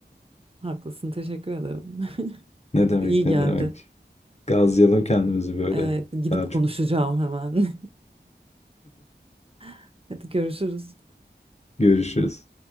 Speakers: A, on the right; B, on the left.
A: Haklısın. Teşekkür ederim. <laughs>
B: Ne demek
A: İyi geldi.
B: ne demek. Gazlayalım kendimizi böyle.
A: Ee, gidip
B: Daha
A: konuşacağım
B: çok
A: hemen. <laughs> Hadi görüşürüz.
B: <laughs> görüşürüz.